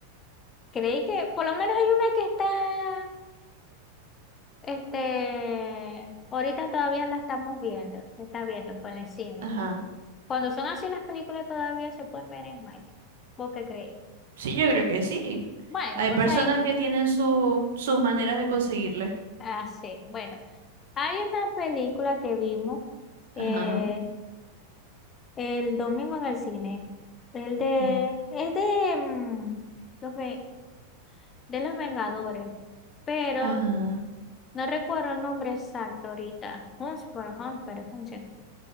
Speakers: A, on the left (about 25°); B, on the right (about 60°).
A: creí que por lo menos hay una que está, este, ahorita todavía la estamos viendo. Se está viendo por el cine.
B: Ajá.
A: Cuando son así las películas todavía se pueden ver en Mike. ¿Vos qué crees?
B: Sí, yo creo que sí.
A: Bueno,
B: Hay
A: vos
B: personas
A: sabés,
B: que tienen su, sus maneras de conseguirle.
A: así bueno, hay una película que vimos
B: Ajá.
A: eh, el domingo en el cine, el de,
B: ¿Qué?
A: es de, mm, los, ve- de los Vengadores, pero
B: Ajá.
A: no recuerdo el nombre exacto ahorita, Hunts por Hunts, pero Hunts,